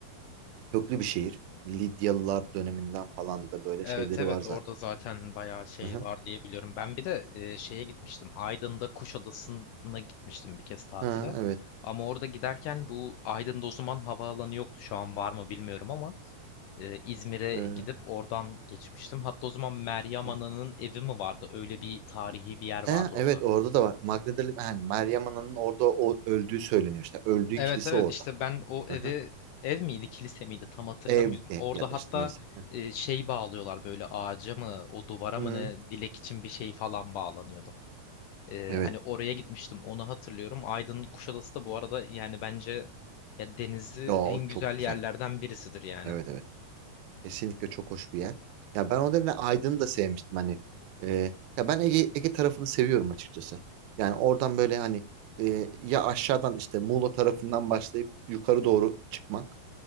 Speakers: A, on the right; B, on the left.
A: köklü bir şehir. Lidyalılar döneminden falan da böyle
B: Evet
A: şeyleri
B: evet
A: var zaten.
B: orada zaten bayağı şey
A: Aha.
B: var diye biliyorum. Ben bir de e, şeye gitmiştim. Aydın'da Kuşadası'na gitmiştim bir kez tatile.
A: Ha evet.
B: Ama orada giderken bu Aydın'da o zaman havaalanı yoktu. Şu an var mı bilmiyorum ama e, İzmir'e
A: Ee,
B: gidip oradan geçmiştim. Hatta o zaman Meryem
A: aha.
B: Ana'nın evi mi vardı? Öyle bir tarihi bir yer vardı
A: He, evet
B: orada.
A: orada da var. Magdalena yani Meryem Ana'nın orada o, öldüğü söyleniyor işte. Öldüğü
B: Evet
A: kilise
B: evet
A: orada.
B: işte ben o eve
A: Hı-hı.
B: ev miydi kilise miydi tam hatırlamıyorum.
A: Evde
B: Orada
A: ya da
B: hatta
A: işte neyse.
B: e, şey bağlıyorlar böyle ağaca mı o duvara
A: Hı-hı.
B: mı ne dilek için bir şey falan bağlanıyordu. E,
A: Evet.
B: hani oraya gitmiştim onu hatırlıyorum. Aydın Kuşadası da bu arada yani bence ya denizi
A: Ya o
B: en güzel
A: çok güzel.
B: yerlerden birisidir yani.
A: Evet evet. Kesinlikle çok hoş bir yer. Ya ben o nedenle Aydın'ı da sevmiştim hani. Ee, ya ben Ege, Ege tarafını seviyorum açıkçası. Yani oradan böyle hani e, ya aşağıdan işte Muğla tarafından başlayıp yukarı doğru çıkmak